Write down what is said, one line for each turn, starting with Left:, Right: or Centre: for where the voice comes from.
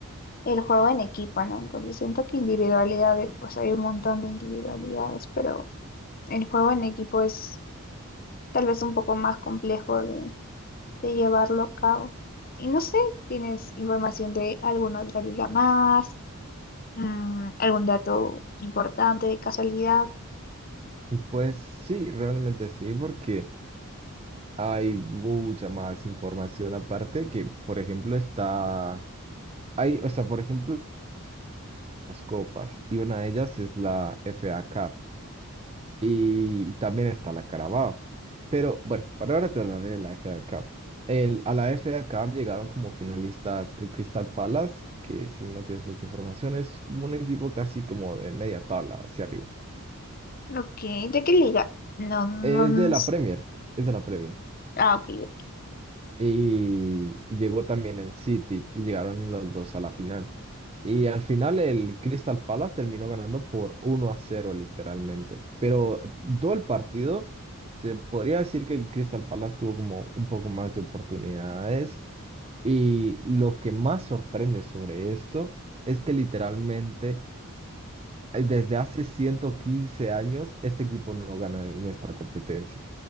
Left: el juego en equipo, ¿no? Entonces siento que individualidades, pues hay un montón de individualidades, pero el juego en equipo es tal vez un poco más complejo de, de llevarlo a cabo. Y no sé, ¿tienes información de alguna otra liga más? Mm, ¿algún dato importante de casualidad?
Right: Pues sí, realmente sí, porque hay mucha más información aparte que, por ejemplo, está, hay, o sea, por ejemplo, las copas, y una de ellas es la FA Cup, y también está la Carabao. Pero bueno, para ahora te hablaré de la FA Cup. El, a la FA Cup llegaron como finalistas el Crystal Palace, que si no tienes mucha información es como un equipo casi como de media tabla hacia arriba.
Left: Ujú. Ok, ¿de qué liga? No, no,
Right: Es
Left: no.
Right: de la
Left: s-
Right: Premier, es de la Premier.
Left: Ah, ok,
Right: Y llegó también el City y llegaron los dos a la final. Y al final el Crystal Palace terminó ganando por uno a cero literalmente. Pero todo el partido se podría decir que el Crystal Palace tuvo como un poco más de oportunidades. Y lo que más sorprende sobre esto es que literalmente eh, desde hace 115 años este equipo no gana en esta competencia.